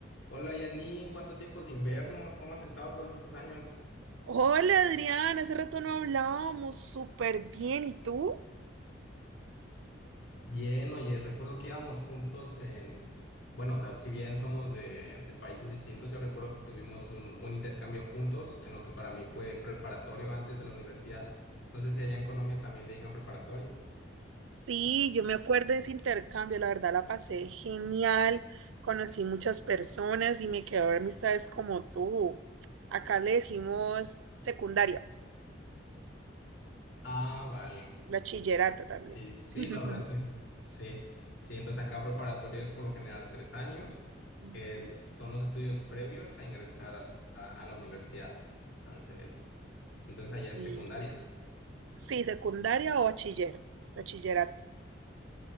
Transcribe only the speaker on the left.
Hola Janine, ¿cuánto tiempo sin vernos? ¿Cómo has estado todos estos años?
Bien, oye, recuerdo que íbamos juntos en, bueno, o sea, si bien somos de, de países distintos, yo recuerdo que tuvimos un, un intercambio juntos en lo que para mí fue preparatorio antes de la universidad. No sé si allá en Colombia también le digan preparatorio.
Ah, vale.
Sí, sí,
sí, la verdad es que sí. Sí, entonces acá preparatorio es por lo general tres años,
que es- son los estudios previos a ingresar a- a la universidad. Entonces... Entonces
allá es secundaria.